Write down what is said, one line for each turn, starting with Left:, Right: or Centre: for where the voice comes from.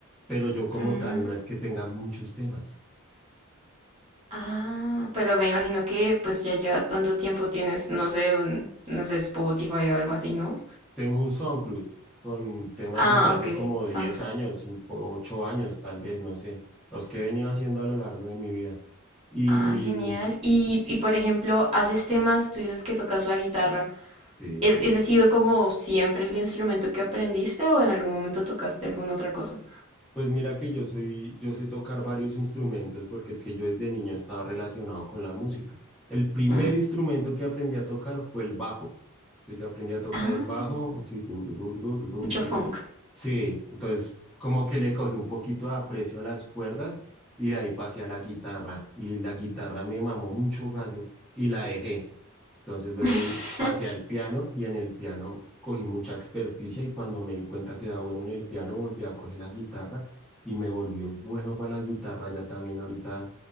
Centre: pero yo como
Right: Mm,
Centre: tal no es que tenga muchos temas.
Right: ah, pero me imagino que pues ya llevas tanto tiempo, tienes, no sé, un, no sé, Spotify o algo así, ¿no?
Centre: Tengo un SoundCloud con temas
Right: Ah,
Centre: desde hace
Right: ok,
Centre: como
Right: SoundCloud.
Centre: 10 años, 5 8 años tal vez, no sé, los que he venido haciendo a lo largo de mi vida. Y
Right: Ah, genial. Y, y por ejemplo, haces temas, tú dices que tocas la guitarra.
Centre: sí.
Right: ¿Es, ese ha sido como siempre el instrumento que aprendiste o en algún momento tocaste alguna otra cosa?
Centre: Pues mira que yo soy, yo sé tocar varios instrumentos porque es que yo desde niño he estado relacionado con la música. El primer
Right: Mm.
Centre: instrumento que aprendí a tocar fue el bajo. Entonces, Yo aprendí a tocar
Right: Ah,
Centre: el bajo, así, tu, tu, tu, tu, tu, tu, tu,
Right: mucho
Centre: tu, tu,
Right: funk.
Centre: yo. Sí, entonces como que le cogí un poquito de aprecio a las cuerdas y de ahí pasé a la guitarra. Y la guitarra me mamó mucho gallo y la dejé. Entonces luego
Right: <laughs>
Centre: vi- pasé al piano y en el piano cogí mucha experticia y cuando me di cuenta que era bueno en el piano volví a coger la guitarra y me volví bueno para la guitarra. Ya también ahorita